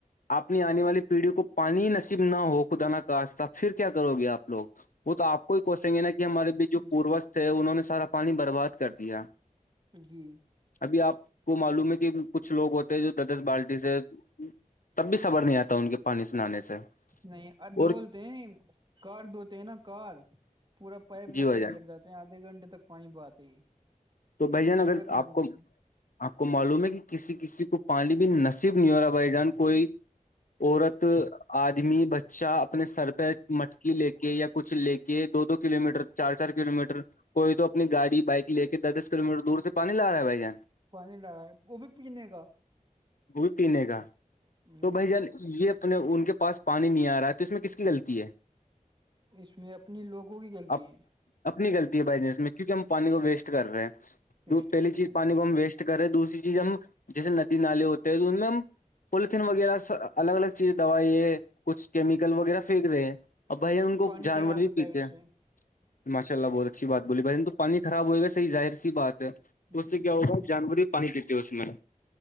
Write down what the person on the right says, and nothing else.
جی
جی
نہیں آ
ڈھولتے ہیں کار دھوتے ہیں نا کار پورا پائپ
لے
کے
بیٹھ جاتا آدھے گھنٹے تک پانی پاتے ہیں
اتنی
ضرورت نہیں
ہوتی
پانی لا وہ بھی پنے کاا
ہ
اس میں اپنے لوگوں کی غلطی
ہے
ویسٹ
کر رہے
ہیں
پانی
خراب
ہوتا
ہے اس
سے
جی